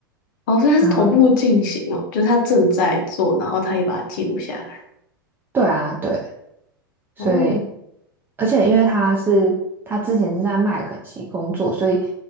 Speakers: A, on the left (about 55°); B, on the right (about 15°).
A: 哦，所以他是同步进行哦，
B: 然后，
A: 就是他正在做，然后他也把它记录下来。
B: 对啊，对，所以
A: 哦
B: 而且因为他是他之前是在麦肯锡工作，所以